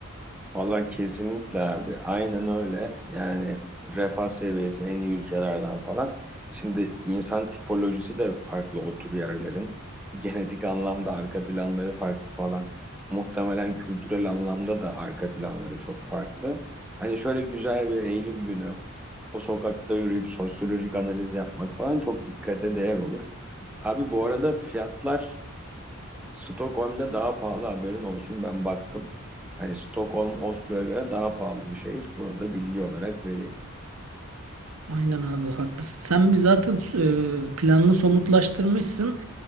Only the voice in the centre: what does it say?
Valla kesinlikle abi. Aynen öyle. Yani refah seviyesi en iyi ülkelerden falan. Şimdi insan tipolojisi de farklı o tür yerlerin. Genetik anlamda arka planları farklı falan. Muhtemelen kültürel anlamda da arka planları çok farklı. Hani şöyle güzel bir Eylül günü o sokakta yürüyüp sosyolojik analiz yapmak falan çok dikkate değer olur. Abi bu arada fiyatlar Stockholm'da daha pahalı haberin olsun ben baktım. Hani Stockholm Oslo'ya göre daha pahalı bir şehir. Bunu da bilgi olarak vereyim.